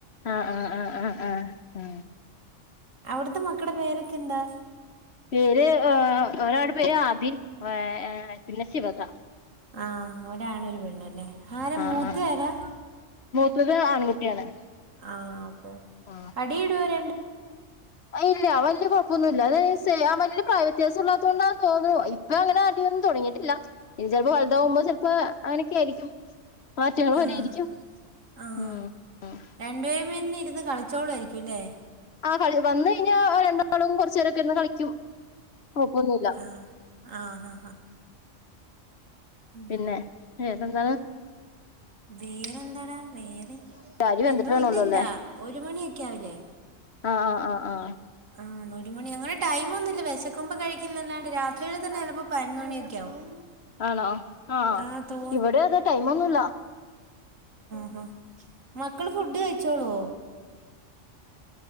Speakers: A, on the left; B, on the right.
A: ആ ആ ആ ആ ആ ഹ
B: അവിടത്തെ മക്കടെ പേരൊക്കെ എന്താ?
A: പേര് ഏ ഒരാള്ടെ പേര് ആദിൻ ഏ ഏ പിന്നെ ശിവത
B: ആ ഒരാണ് ഒരു പെണ്ണല്ലേ ആര
A: ആഹ്
B: മൂത്തിയരാ
A: ആഹ് മൂത്തത് ആൺകുട്ടിയാണ്
B: ആ അപ്പൊ
A: ആഹ്
B: അടിടൊ അവർ
A: ഇല്ല വല്യ കുഴപ്പൊന്നുല്ല അത് <unintelligible> പ്രായവത്യാസം ഇല്ലാതോണ്ടാന്ന് തോന്നുന്നു ഇപ്പൊ അങ്ങനെ അടിയൊന്നും തുടങ്ങിട്ട് ഇല്ല ഇനി ചിലപ്പോ വലുതാവുമ്പോ ചിലപ്പോ അങ്ങനൊക്കെ ആയിരിക്കും മാറ്റങ്ങൾ വരുമായിരിക്കും
B: ആഹ് ആഹ്
A: ഉമ് ഉമ്
B: രണ്ടുപേരും <unintelligible> കളിച്ചോളായിരിക്കുംല്ലേ
A: ആ കളി വന്ന് കഴിഞ്ഞാ ഓരണ്ടാളും കുറച്ചു നേരൊക്കെ ഇരുന്ന് കളിക്കും ക്കുഴപ്പോന്നില്ല
B: ആഹ് ആഹ് ആഹ് ആഹ് ഉം
A: പിന്നെ ഏതന്താണ്
B: വേറെന്താടാ വേറെ
A: അരി വെന്തിട്ട്
B: എന്തോ
A: വേണല്ലോ
B: ഇല്ലല്ല
A: അല്ലേ
B: ഒരു മണിയൊക്കെ ആവില്ലേ
A: ആ ആ ആ ആ
B: ആ ഒരു മണി അങ്ങനെ ടൈം ഒന്നുമില്ല വിശക്കുമ്പ കഴിക്കുന്നല്ലാണ്ട് രാത്രിയുടെ തന്നെ ചിലപ്പോ പതിനൊന്ന് മണിയൊക്കെ ആവും
A: ആണോ ആ
B: ആഹ് തോ
A: ഇവിടെ അതേ ടൈമൊന്നുല്ല
B: ആ മക്കള് ഫുഡ് കഴിച്ചോളോ